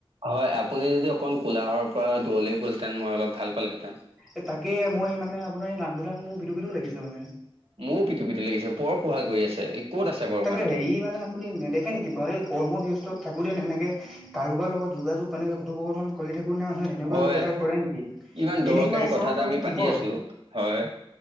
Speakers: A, on the right; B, in the centre.
A: হয় আপুনি যদি অকণ কোলাহৰ পৰা দূৰলৈ গ'ল হেঁতেন মই অলপ ভাল পালোঁ হেঁতেন।
B: এ তাকে মই মানে আপোনাৰ এই নাকবুধাক মোৰ পিতো পিতো লাগিছে মানে।
A: মোৰ পিতো পিতো লাগিছে। বৰ কোহাল কৰি আছে ক'ত আছে বাৰু
B: তাকে
A: মানুহটো
B: হেৰি মানে আপুনি নেদেখে নেকি বাৰু এই কৰ্মব্যস্ত থাকোঁতে নে এনেকে, কাৰোবাৰ লগত যোগাযোগ কেনেকে কথোপকথন কৰি থাকোতে মানুহে এনেকুৱা
A: হয়
B: ব্যৱহাৰ কৰে নেকি,
A: ইমান দৰকাৰী
B: এনেকুৱা আচৰণ
A: কথা এটা
B: মানে
A: আমি পাতি
B: কিহৰ?
A: আছো হয়